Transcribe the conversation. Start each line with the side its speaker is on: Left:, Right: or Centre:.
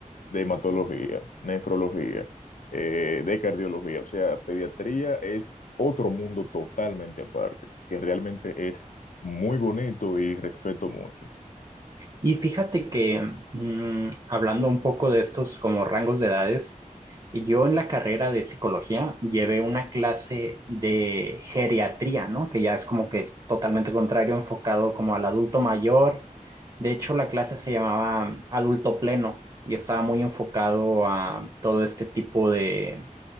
Left: de hematología, nefrología, eh, de cardiología. O sea, pediatría es otro mundo totalmente aparte, que realmente es muy bonito y respeto mucho.
Right: Y fíjate que mm, hablando un poco de estos como rangos de edades, yo en la carrera de psicología llevé una clase de geriatría, ¿no? Que ya es como que totalmente contrario, enfocado como al adulto mayor. De hecho, la clase se llamaba adulto pleno y estaba muy enfocado a todo este tipo de